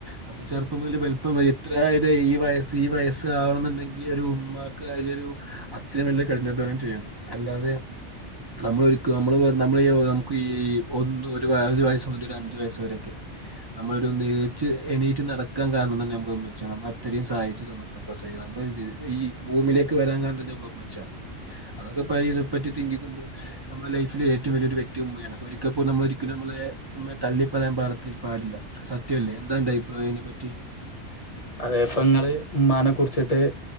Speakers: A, on the right; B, on the left.
A: നമ്മള് ചെറുപ്പം മുതൽ വല്പ്പം വരെ എത്ര ഈ വയസ്സ് ഈ വയസ് <unintelligible> <unintelligible> ഒരു ഉമ്മാക്ക് അതിലൊരു ഒരു അത്രീം വല്യ കഠിനാധ്വാനം ചെയ്യണം അല്ലാതെ നമ്മളൊരിക്കലും നമ്മള് നമ്മള് നമുക്ക് ഈ ഒ ഒരു വയസ് മുതല് ഒരു അഞ്ചു വയസ് വരെയാക്കെ നമ്മള് ഒരു ഒന്നു നീച്ച് എണീറ്റ് നടക്കാൻ കാരണം തന്നെ ഉമ്മച്ചിയാണ് നമ്മളെ ഇത്രീം സഹായിച്ചതും നമ്മളെ പ്രസവി നമ്മ ഈ ഭൂമിയിലേക്ക് വരാൻ കാരണം തന്നെ നമ്മട ഉമ്മച്ചിയാണ് അതൊക്കെ <unintelligible> തിങ്കിക്കുമ്പോ നമ്മളെ ലൈഫില് ഏറ്റവും വലിയൊരു വ്യക്തി ഉമ്മയാണ് ഒരിക്കപ്പോലും നമ്മള് ഒരിക്കലും ഉമ്മയെ തള്ളിപ്പറയാൻ <unintelligible> പാടില്ല സത്യല്ലേ എന്താ അൻ്റെ അഭിപ്രായം അതിനെ പറ്റി
B: അതേ പ്പൊങ്ങൾ ഉമ്മാനെ കുറിച്ചിട്ട്